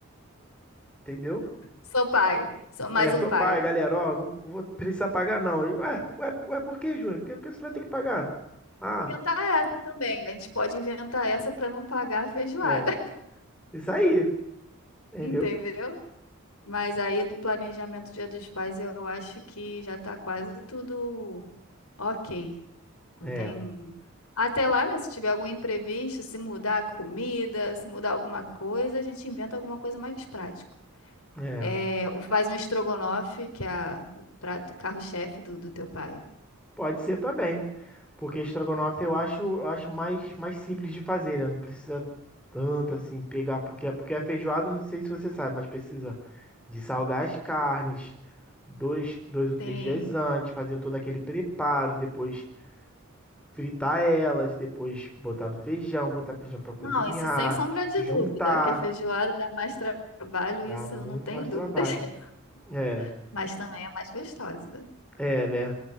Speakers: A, in the centre; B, on the left (about 85°).
A: Entendeu?
B: Sou pai. Sou mais
A: É,
B: um
A: sou
B: pai.
A: pai, galera, ó, não vou precisar pagar não. Eu, ué, ué, ué, por que, Júnior? Por que, por que você vai ter que pagar? Ah,
B: Inventar essa também. A gente pode inventar essa para não pagar a feijoada.
A: é,
B: <laughs>
A: isso aí, entendeu?
B: Entendeu? Mas aí do planejamento Dia dos Pais, eu acho que já tá quase tudo ok. Não
A: É,
B: tem. Até lá, né? Se tiver algum imprevisto, se mudar a comida, se mudar alguma coisa, a gente inventa alguma coisa mais prática.
A: é,
B: É, ou faz um estrogonofe, que é a- o prato carro-chefe do, do teu pai.
A: pode ser também, porque estrogonofe eu acho, eu acho mais, mais simples de fazer, né? Não precisa tanto assim pegar, porque, porque a feijoada, não sei se você sabe, mas precisa de salgar as carnes dois, dois ou três
B: Sim.
A: dias antes, fazer todo aquele preparo, depois fritar elas, depois botar no feijão, botar feijão pra cozinhar,
B: Não, isso sem sombra de
A: juntar.
B: dúvida, que a feijoada dá mais tra- trabalho,
A: Dá
B: isso
A: muito
B: eu não tenho
A: mais
B: dúvidas.
A: trabalho.
B: <laughs>
A: É,
B: Mas também é mais gostosa.
A: é, né?